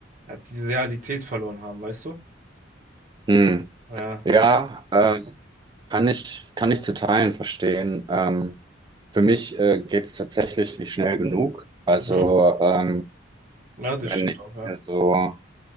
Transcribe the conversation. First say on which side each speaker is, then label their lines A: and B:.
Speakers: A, on the right (about 40°); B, on the right (about 25°).
A: äh, die Realität verloren haben, weißt du?
B: Hm.
A: Ja.
B: Ja, äh, kann ich, kann ich zu Teilen verstehen. Ähm, für mich äh, geht es tatsächlich nicht schnell genug. Also
A: Mhm.
B: ähm,
A: Ja, das
B: wenn
A: stimmt
B: ich
A: auch, ja.
B: mir so,